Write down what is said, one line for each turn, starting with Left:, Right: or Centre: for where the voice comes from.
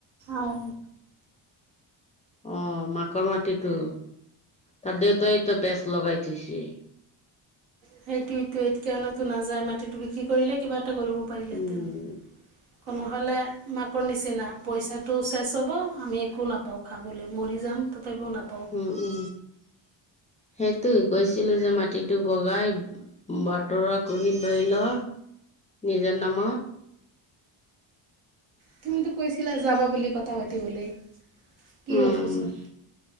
Right: আৰু
Left: অ', মাকৰ মাটিটো তাৰ দেউতাইতো পেষ্ট লগাই থৈছে।
Right: সেইটোৱেটো তেওঁলোকো নাযায় মাটিতো বিক্ৰী কৰিলে কিবা এটা কৰিব পৰিলেহেঁতন।
Left: উম
Right: ক নোহ'লে মাকৰ নিচিনা পইচাটো চেচ হ'ব আমি একো নাপাওঁ। খাবলৈ মৰি যাম তথাপিও নাপাওঁ।
Left: উ, উ, সেইটোৱে কৈছিলোঁ যে মাটিটো বগাই বটৰা কৰি লৈ ল নিজৰ নামত
Right: তুমিতো কৈছিলা যাবা বুলি কথা পাতিবলৈ, কি
Left: উম
Right: হ'ল পিছত?